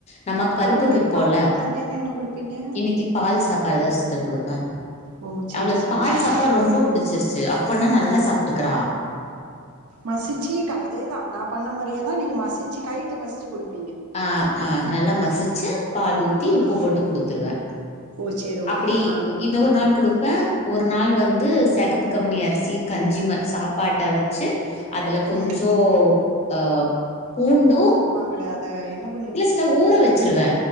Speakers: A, on the left (about 30°); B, on the right (about 90°).
A: நமக்கு பருப்பு
B: அப்ப இன்னைக்கு
A: வைப்போல
B: பாப்பாக்கு மத்தியானம் என்ன குடுப்பீங்க
A: இன்னைக்கு பால் சாப்பாடுதா சிஸ்டர் கொடுப்பே
B: ஓ சேரி
A: அவளுக்கு
B: சேரிக்கா
A: பால் சாப்பாடு ரொம்ப புடிச்சிருச்சு அப்பனா நல்லா சாப்பிட்டுக்கிறா
B: மசிச்சு அதேதா நா பண்ண மாரியே தா நீங்க மசிச்சு கைய்ட மசிச்சு கொடுக்
A: அ ஆமா நல்லா மசிச்சு பால் ஊத் த்தி உப்பு
B: ஆ
A: போட்டு கொடுத்துருவே
B: ஓ சேரி
A: அப்டி
B: ஓகே ஆ
A: இது ஒரு நாள் குடுப்பே ஒரு நாள் வந்து செகப்பு கவுனி அரிசி கஞ்சி மா சாப்பாட்ட வச்சு அதுல கொஞ்சோ
B: ம்
A: அ பூண்டு
B: ப்பாங்களே அத என்னப்
A: இல்ல சிஸ்டர் ஊற வச்சருவே